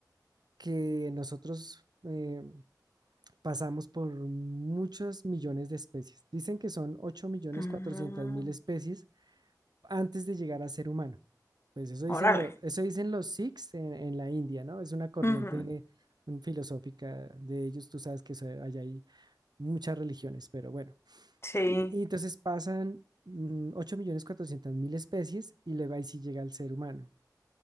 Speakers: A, on the right; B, on the left.
A: que nosotros eh, pasamos por muchos millones de especies. Dicen que son ocho millones
B: Mm,
A: cuatrocientos mil especies antes de llegar a ser humano. Pues eso dicen,
B: órale.
A: lo- eso dicen los Sikhs en, en la India, ¿no? Es una corriente
B: Ujú,
A: mm, filosófica de ellos. Tú sabes que eso- allá hay muchas religiones, pero bueno.
B: Sí.
A: Y, y entonces pasan mm, 8.400.000 especies y luego ahí sí llega el ser humano.